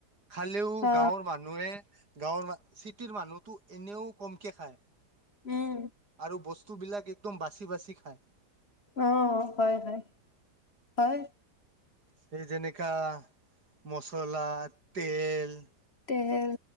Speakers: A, on the right; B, on the left.
A: খালিও
B: অ
A: গাঁওৰ মনুহে। গাঁৱৰ ম চিটিৰ মানুহতো এনেও কমকে খায়।
B: উম
A: আৰু বস্তু। বস্তুবিলাক একদম বাচি বাচি খায়।
B: অ হয় হয় হয়।
A: সেই যেনেকা মচলা তেজ উম।
B: তেল